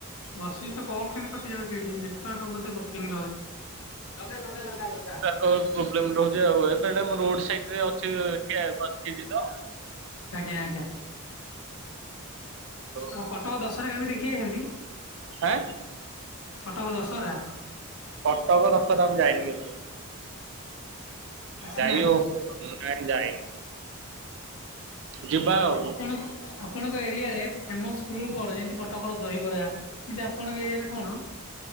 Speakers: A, on the left; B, on the right.
A: ବସିଚି ତ କଲ କେମିତି କଟିଯାଉଚି ଏଇଠି। ନେଟୱର୍କ ବୋଧେ <unintelligible> ରହୁଚି। ଲଗା ଲଗା ଲଗା ଲଗା।
B: ନେଟୱର୍କ ପ୍ରୋବ୍ଲେମ୍ ରହୁଛି ଆଉ। ମୁଁ ରୋଡ୍ ସାଇଟ ଅଛି ଟିକେ ବସିଚି ତ।
A: ଆଜ୍ଞା ଆଜ୍ଞା
B: <unintelligible>
A: ଆଉ କଟକ ଦଶହରା କେବେ ଦେଖି ଆଇଛନ୍ତି?
B: ଆଁ
A: କଟକ ଦଶହରା।
B: କଟକ ଦଶହରା ମୁଁ ଯାଇନ କେତେବେଳେ।
A: ଆସିନାହାନ୍ତି?
B: ଯାଇ ହଉ ନାଇଁ ଯାଇନି ଯିବା ଆଉ
A: ଆପଣ ଙ୍କୁ ଆପଣଙ୍କ ଏରିଆରେ ଫେମସ ଫୁଡ୍ କଣ? ଯେମତି କଟକର ଦହିବରା। କିନ୍ତୁ ଆପଣଙ୍କ ଏରିଆ ରେ କଣ?